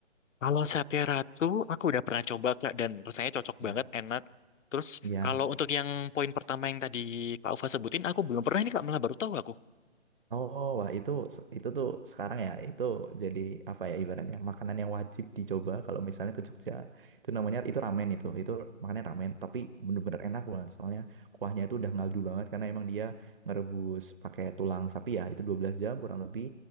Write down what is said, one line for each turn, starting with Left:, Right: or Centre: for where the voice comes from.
Left: Kalau sate ratu, aku udah pernah coba Kak dan rasanya cocok
Right: Ya.
Left: banget, enak. Terus
Right: Ya.
Left: kalau untuk yang poin pertama yang tadi Kak Ufa sebutin, aku belum pernah ini Kak, malah baru tahu aku.
Right: Oh, wah itu itu tuh sekarang ya itu jadi apa ya ibaratnya makanan yang wajib dicoba kalau misalnya ke Jogja. Itu namanya itu ramen itu. Itu makannya ramen tapi bener-bener enak banget soalnya kuahnya itu udah ngaldu banget karena emang dia ngerebus pakai tulang sapi ya. Itu 12 jam kurang lebih.